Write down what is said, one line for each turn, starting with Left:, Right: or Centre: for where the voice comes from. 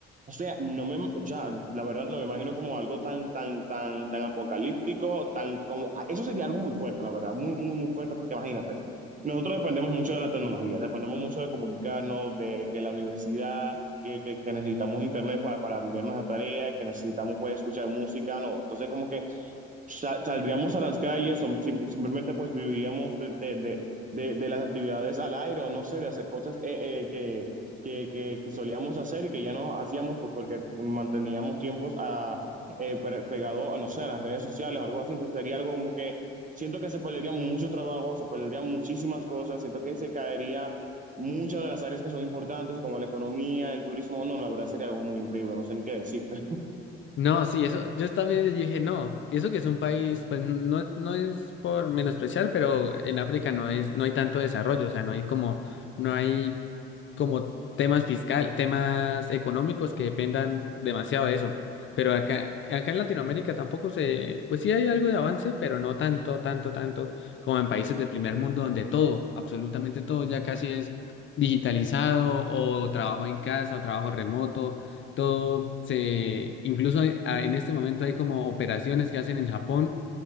Right: O sea, no me, o sea, la verdad no me imagino como algo tan, tan, tan, tan apocalíptico, tan como, eso sería algo muy fuerte, la verdad, muy, muy, muy fuerte, porque imagínate, nosotros dependemos mucho de la tecnología, dependemos mucho de comunicarnos, de que la universidad, que, que, que necesitamos internet para, para enviar nuestra tarea, que necesitamos pues escuchar música, no, entonces como que sa- saldríamos a las calles o sim- simplemente pues viviríamos de, de, de, de- de las actividades al aire o no sé, de hacer cosas eh, eh, que, que, que, que solíamos hacer y que ya no hacíamos pues porque manteníamos tiempos a, eh, pre- pegado a, no sé, a las redes sociales o algo así. Entonces sería algo como que siento que se perderían muchos trabajos, se perderían muchísimas cosas, siento que se caería muchas de las áreas que son importantes como la economía, el turismo. No, la verdad sería algo muy increíble, no sé ni qué decirte.
Left: No, sí, eso, yo también dije, no, y eso que es un país, pues no, no es por menospreciar, pero en África no es, no hay tanto desarrollo, o sea, no hay como, no hay como temas fiscal, temas económicos que dependan demasiado de eso. Pero acá, acá en Latinoamérica tampoco se, pues sí hay algo de avance, pero no tanto, tanto, tanto como en países del primer mundo donde todo, absolutamente todo ya casi es digitalizado o trabajo en casa o trabajo remoto todo se, incluso hay- a- en este momento hay como operaciones que hacen en Japón